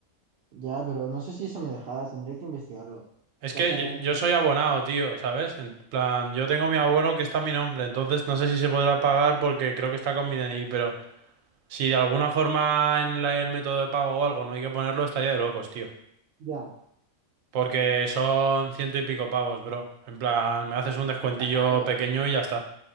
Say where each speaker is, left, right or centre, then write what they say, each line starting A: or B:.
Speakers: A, on the right; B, on the right.
A: Ya, pero no sé si eso me dejará, tendría que investigarlo.
B: Es
A: Pasar
B: que yo,
A: en-
B: yo soy abonado, tío, ¿sabes? En plan, yo tengo mi abono que está a mi nombre, entonces no sé si se podrá pagar porque creo que está con mi DNI, pero... Si de alguna forma en la- el método de pago o algo no hay que ponerlo, estaría de locos, tío.
A: Ya.
B: Porque son ciento y pico pavos, bro. En plan, me haces un descuentillo
A: Está caro, ¿eh?
B: pequeño y ya está.